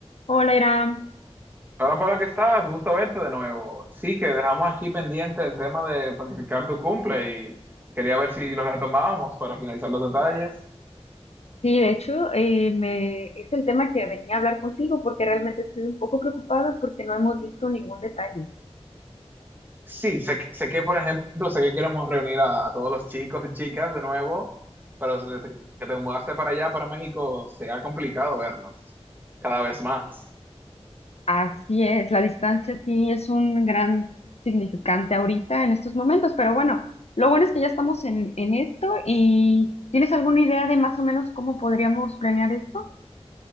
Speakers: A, on the left (about 70°); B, on the right (about 15°).
A: Hola, Iram.
B: Hola Pablo, ¿qué estás? Gusto verte de nuevo. Sí, que dejamos aquí pendiente el tema de planificar tu cumple y quería ver si lo retomábamos para finalizar los detalles.
A: Sí, de hecho, eh, me, es el tema que venía a hablar contigo porque realmente estoy un poco preocupada porque no hemos visto ningún detalle.
B: Sí, sé, que- sé que, por ejemplo, sé que queremos reunir a, a todos los chicos y chicas de nuevo, pero desde que te mudaste para allá, para México, se ha complicado vernos cada vez más.
A: Así es, la distancia sí es un gran significante ahorita en estos momentos, pero bueno, lo bueno es que ya estamos en, en esto y ¿tienes alguna idea de más o menos cómo podríamos planear esto?